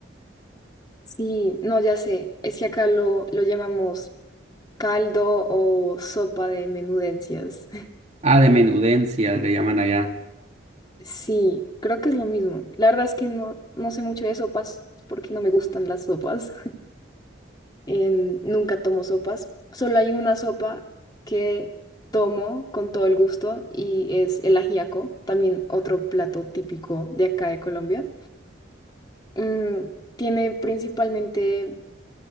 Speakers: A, on the left; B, on the right.
A: Sí, no, ya sé. Es que acá lo, lo llamamos caldo o sopa de menudencias. <laughs>
B: Ah, de menudencias le llaman allá,
A: Sí, creo que es lo mismo. La verdad es que no, no sé mucho de sopas porque no me gustan las sopas. em, nunca tomo sopas. Solo hay una sopa que tomo con todo el gusto y es el ajiaco, también otro plato típico de acá de Colombia. Mm, tiene principalmente